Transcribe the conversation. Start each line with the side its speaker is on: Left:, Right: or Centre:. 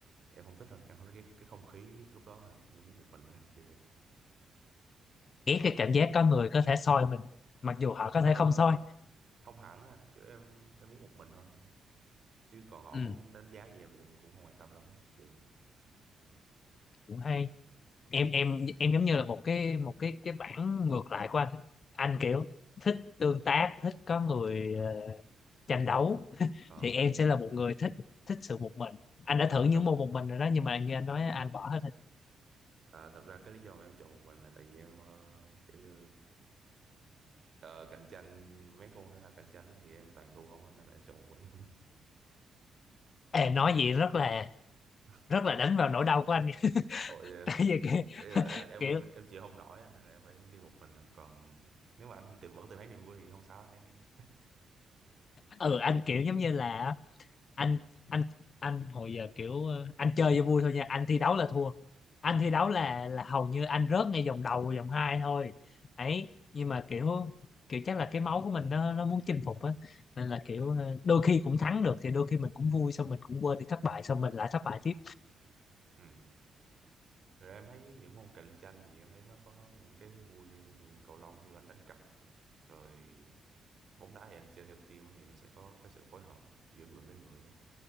Right: em không thích thôi em không thích cái, cái không khí lúc đó thôi em muốn một mình thôi thì
Left: Ghét cái cảm giác có người có thể soi mình mặc dù họ có
Right: ờ,
Left: thể không soi.
Right: không hẳn á anh. kiểu em em muốn một mình thôi chứ còn họ
Left: Ừ,
Right: muốn đánh giá gì em thì em cũng không quan tâm lắm á. thì
Left: cũng hay. Em em em giống như là một cái một cái cái bản ngược lại của anh. Anh kiểu thích tương tác, thích có người ờ, tranh đấu
Right: ờ
Left: thì em sẽ là một người thích thích sự một mình anh đã thử
Right: dạ
Left: những
Right: thật
Left: môn một mình rồi đó nhưng mà như anh nói anh bỏ hết
Right: à, thật ra cái lý do mà em chọn một mình là tại vì em ờ, kiểu như Ờ, cạnh tranh mấy môn thể thao cạnh tranh á thì em toàn thua không anh nên là em chọn một mình
Left: Ê, nói vậy rất là
Right: <laughs>
Left: rất là đánh vào nỗi đau của anh <laughs>
Right: Ôi, ý
Left: tại vì kiểu,
Right: là, ý là em
Left: kiểu
Right: em chịu không nổi anh, nên là em phải đi một mình. Còn nếu mà anh tìm vẫn tìm thấy niềm vui thì không sao anh em.
Left: ừ anh kiểu giống như là anh anh anh hồi giờ kiểu ờ, anh chơi cho vui thôi nha anh thi đấu là thua anh thi đấu là là hầu như anh rớt ngay vòng đầu vòng hai thôi ấy nhưng mà kiểu kiểu chắc là cái máu của mình nó nó muốn chinh phục á nên là kiểu
Right: Ừ.
Left: ờ, đôi khi cũng thắng được thì đôi khi mình cũng vui xong mình cũng quên đi thất bại xong mình lại thất bại tiếp
Right: Ừ. Rồi em thấy những môn cạnh tranh thì em thấy nó có những cái vui riêng. Ví dụ Cầu lông thì anh đánh cặp, rồi bóng đá thì anh chơi theo team á, thì nó sẽ có cái sự phối hợp giữa người với người á.